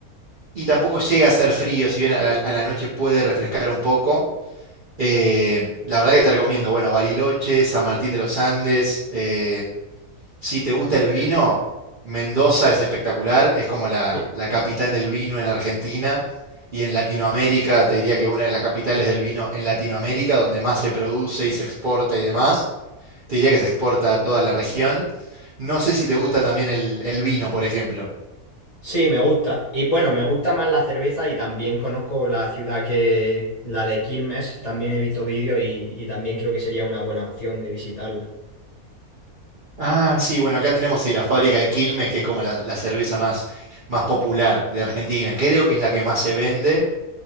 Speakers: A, on the right; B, on the left.
A: y tampoco llega a ser frío, si bien a la, a la noche puede refrescar un poco. eh, la verdad que te recomiendo, bueno, Bariloche, San Martín de los Andes, eh, si te gusta el vino, Mendoza es espectacular, es como la,
B: Sí.
A: la capital del vino en Argentina y en Latinoamérica, te diría que una de las capitales del vino en Latinoamérica, donde más se produce y se exporta y demás, te diría que se exporta a toda la región. No sé si te gusta también el, el vino, por ejemplo.
B: Sí, me gusta. Y bueno, me gusta más la cerveza y también conozco la ciudad que, la de Quilmes, también he visto vídeos y, y también creo que sería una buena opción de visitarla.
A: Ah, sí, bueno, acá tenemos sí, la fábrica de Quilmes, que es como la, la cerveza más, más popular de Argentina. Creo que es la que más se vende.